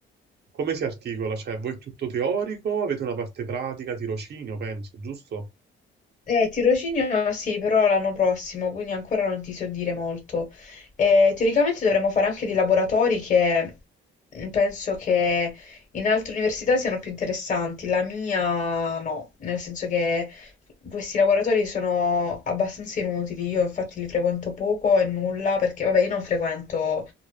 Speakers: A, on the right; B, on the left.
A: Come si articola? Cioè, voi è tutto teorico, avete una parte pratica, tirocinio, penso, giusto?
B: Eh, tirocinio sì, però l'anno prossimo, quindi ancora non ti so dire molto. Eh, teoricamente dovremmo fare anche dei laboratori che mm, penso che in altre università siano più interessanti. La mia no, nel senso che questi laboratori sono abbastanza inutili. Io infatti li frequento poco e nulla perché, vabbè, io non frequento